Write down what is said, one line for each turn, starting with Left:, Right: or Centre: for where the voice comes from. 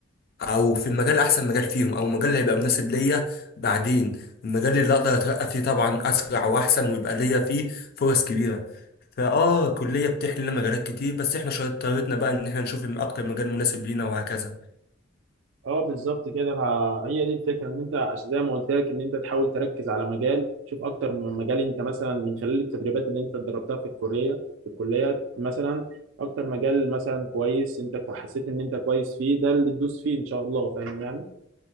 Left: او في المجال احسن مجال فيهم او المجال اللي هيبقى مناسب ليا بعدين المجال اللي اقدر اترقى فيه طبعا اسرع واحسن ويبقى ليا فيه فرص كبيره فاه الكليه بتحلي لنا مجالات كتير بس احنا شطارتنا بقى ان احنا نشوف اكتر مجال مناسب لينا وهكذا
Right: اه بالظبط كده فه- هي دي الفكره ان انت عشان زي ما قلت لك ان انت تحاول تركز على مجال شوف اكتر من مجال انت مثلا من خلال التدريبات اللي انت اتدربتها في الكليه في الكليه مثلا اكتر مجال مثلا كويس انت كو- حسيت ان انت كويس فيه ده اللي تدوس فيه ان شاء الله فاهم يعني